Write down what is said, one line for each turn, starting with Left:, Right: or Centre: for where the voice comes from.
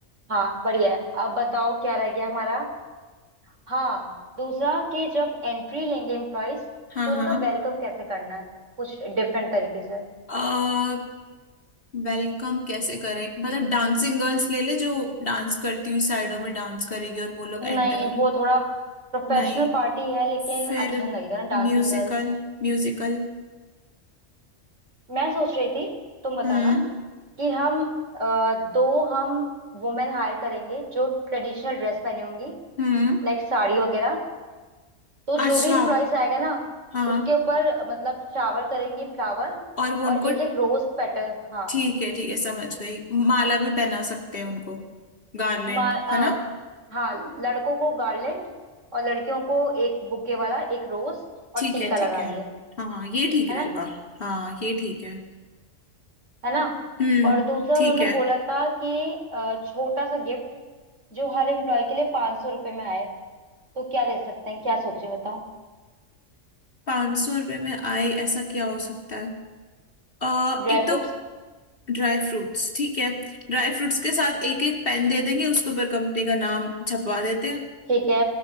Right: हाँ बढ़िया है अब बताओ क्या रह गया हमारा हाँ दूसरा कि जब एंट्री लेंगे एम्प्लॉयज
Left: हाँ
Right: तो उनका वेलकम कैसे करना है कुछ डिफरेंट तरीके से
Left: हाँ वेलकम कैसे करे मतलब डांसिंग गर्ल्स ले ले जो डांस करती हुई साइडों में डांस करेगी और वो लोग
Right: नहीं
Left: एंटर हो रहे
Right: वो थोड़ा प्रोफेशनल
Left: नहीं
Right: पार्टी है लेकिन
Left: फिर
Right: अच्छा नहीं लगेगा ना डांसिंग
Left: Musical
Right: गर्ल्स
Left: musical
Right: मैं सोच रही थी तुम बताना
Left: हम्म
Right: कि हम अ, दो हम वुमेन हायर करेंगे जो ट्रेडिशनल ड्रेस पहनी होंगी
Left: हम्म
Right: लाइक साड़ी वगैरह तो जो
Left: अच्छा
Right: भी एम्प्लॉयज आएगा ना
Left: हाँ
Right: उसके ऊपर अ, मतलब शावर करेंगी फ्लावर
Left: और वो उनको
Right: और एक एक रोज पेटल हाँ
Left: ठीक है ठीक है समझ गई माला भी पहना सकते हैं उनको गार्लैंड
Right: मा, अ,
Left: है ना
Right: हाँ लड़कों को गार्लैंड और लड़कियों को एक बुके वाला एक रोज और
Left: ठीक
Right: टीका
Left: है ठीक
Right: लगाएंगे
Left: है हाँ ये ठीक
Right: है
Left: रहेगा
Right: ना
Left: हाँ ये ठीक है
Right: है ना
Left: हम्म
Right: और दूसरा
Left: ठीक
Right: उन्होंने
Left: है
Right: बोला था कि अ, छोटा सा गिफ्ट जो हर एम्प्लॉय के लिए पांच सौ रुपए में आए तो क्या दे सकते हैं क्या सोचे बताओ
Left: पांच सौ रुपये में आए ऐसा क्या हो सकता है अ,
Right: ड्राई
Left: एक
Right: फ्रूट्स
Left: तो ड्राई फ्रूट्स ठीक है ड्राई फ्रूट्स के साथ एक एक पेन दे देंगे उसके ऊपर कंपनी का नाम छपवा देते हैं
Right: ठीक है